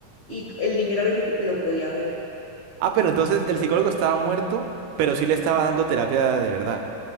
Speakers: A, on the left; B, on the right.
A: y el niño era el único que lo podía ver.
B: Ah, pero entonces el psicólogo estaba muerto, pero sí le estaba dando terapia de verdad.